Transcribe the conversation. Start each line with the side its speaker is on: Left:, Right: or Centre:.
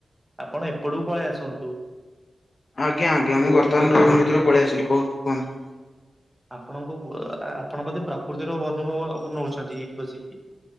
Centre: ଆପଣ ଏପଟକୁ ପଳେଇ ଆସନ୍ତୁ।
Left: ଆଜ୍ଞା, ଆଜ୍ଞା ମୁଁ ବର୍ତ୍ତମାନ ରୁମ୍ ଭିତରୁକୁ ପଳେଇ ଆସିଲି କହୁତ କୁହନ୍ତୁ।
Centre: ଆପଣଙ୍କ ଉଅ, ଆପଣ ବୋଧେ ପ୍ରକୃତିର ଅନୁଭବ ଆପଣ ନଉଛନ୍ତି ଏଇଠି ବସିକି।